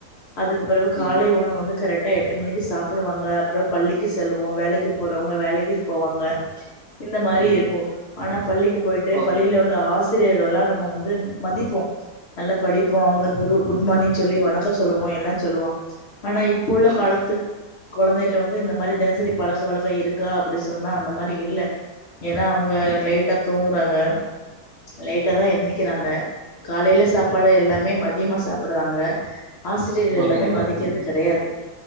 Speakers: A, on the left (about 60°); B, on the right (about 80°).
A: அதுக்கு பிறகு காலை
B: ம்
A: உ வந்து கரெக்டா எட்டு மணிக்கு சாப்பிடுாங்க அப்புறம் பள்ளிக்கு செல்வோம் வேலைக்கு க்கு போறவங்க வேலைக்கு போவாங்க இந்த மாதிரி
B: ம்
A: இருக்கும் ஆனா பள்ளிக்கு போயிட்டு
B: ஓ
A: பள்ளியில உள்ள ஆச ஆசிரியர்கள் எல்லாம் நம்ம வந்து மதிப்போம் நல்லா படிப்போம் அவங்களுக்கு குரு குட் மார்னிங் சொல்லி வணக்கம் சொல்லுவோம் எல்லாம் சொல்லுவோம் ஆனா இப்போ உள்ள
B: ம்
A: காலத்து குழந்தைட்ட வந்து இந்த மாதிரி தினசரி பழக்கவழக்கம் இருக்கா அப்படின்னு சொன்னா அந்த மாதிரி இல்ல ஏன்னா அவங்க
B: ம்
A: லேட்டா தூங்குறாங்க லேட்டாதான் எந்திக்கிறாங்க காலையில
B: ம்
A: சாப்பாடு எல்லாமே மதியமா சாப்பிடுறாங்க ஆசிரியரகள்
B: ஓகேங்க
A: எல்லாமே
B: மேடம்
A: மதிக்கிறதுக்கு